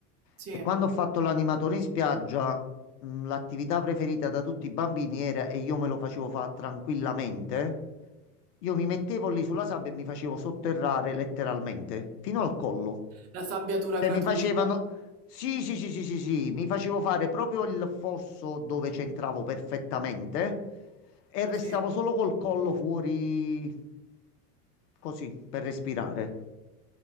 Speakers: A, on the right (about 30°); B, on the left (about 80°).
A: sì,
B: E quando ho fatto l'animatore in spiaggia, mh, l'attività preferita da tutti i bambini era, e io me lo facevo fare tranquillamente, io mi mettevo lì sulla sabbia e mi facevo sotterrare letteralmente, fino al collo.
A: la sabbiatura
B: Cioè,
A: gratuita.
B: mi facevano. Sì, sì, sì, sì, sì, sì, mi facevo fare proprio il fosso dove c'entravo perfettamente e restavo
A: Sì,
B: solo col collo fuori così per respirare.